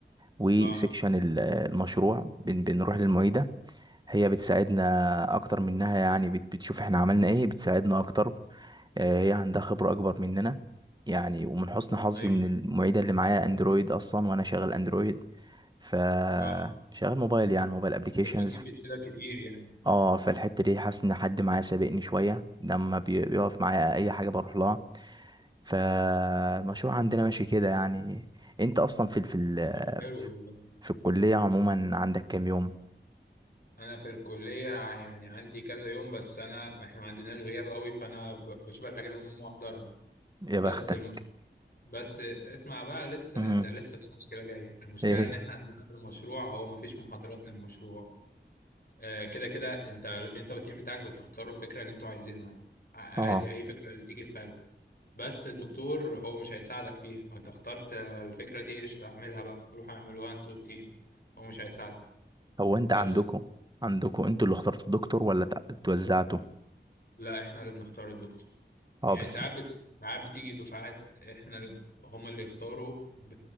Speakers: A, on the right (about 25°); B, on the left (about 55°).
A: وسيكشن
B: اه
A: ال- آه، المشروع بن- بنروح للمعيدة هي بتساعدنا اكتر منها يعني بت- بتشوف احنا عملنا ايه بتساعدنا اكتر آه، هي عندها خبرة أكبر مننا يعني ومن حسن حظي
B: أيوه
A: إن المعيدة اللي معايا أندرويد أصلا وأنا شغال أندرويد ف
B: اه
A: شغال موبايل يعني موبايل أبليكيشنز
B: حلو أكيد بيفيدك كتير يعني
A: اه فالحتة دي حاسس إن حد معايا سابقني شوية لما بي- بيقف معايا أي حاجة بروح لها فالمشروع عندنا ماشي كده يعني أنت أصلا في ال- في ال-
B: طب حلو والله
A: في الكلية عموما عندك كام يوم
B: أنا في الكلية يعني عندي كذا يوم بس أنا إحنا ما عندناش غياب أوي فأنا ب- بشوف الحاجات المهمة وأحضرها
A: يا
B: بس
A: بختك
B: الم... بس اسمع بقى لسه
A: مم.
B: ده لسه في مشكلة جاية المشكلة
A: إيه
B: إن إحنا عندنا في المشروع هو مفيش محاضرات للمشروع آه، كده كده انت انت والتيم بتاعك بتختاروا الفكره اللي انتوا عايزينها ع- عادي
A: اه
B: اي فكره اللي تيجي في خيالكم بس الدكتور هو مش هيساعدك فيها انت اخترت الفكره دي قشطه اعملها بقى روح اعملوها انت والتيم هو مش هيساعدك
A: هو انت
B: بس
A: عندكم عندكم انتوا اللي اخترتوا الدكتور ولا تع- اتوزعتوا
B: لا احنا اللي بنختار الدكتور
A: اه
B: يعني
A: بس
B: ساعات بت... ساعات بتيجي دفعات احنا ال- هما اللي يختاروا ب...